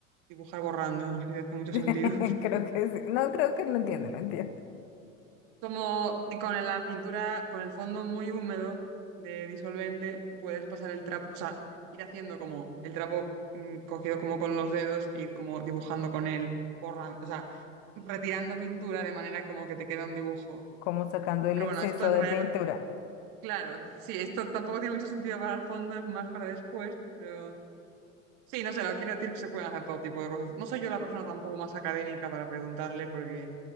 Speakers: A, on the right (about 50°); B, on the left (about 55°).
A: dibujar borrando, no sé si hace mucho
B: <laughs>
A: sentido.
B: Creo que sí. No, creo que lo entiendo, lo entiendo.
A: Como con la pintura, con el fondo muy húmedo de disolvente, puedes pasar el trapo, o sea, ir haciendo como el trapo mm, cogido como con los dedos, ir como dibujando con él, borrando, o sea, retirando pintura de manera como que te queda un dibujo.
B: como sacando el
A: Pero
B: exceso
A: bueno, esto en
B: de
A: realidad
B: pintura.
A: no, claro, sí, esto tampoco tiene mucho sentido para el fondo, es más para después, pero sí, no sé, lo quiero decir que se pueden hacer todo tipo de cosas. No soy yo la persona tampoco más académica para preguntarle porque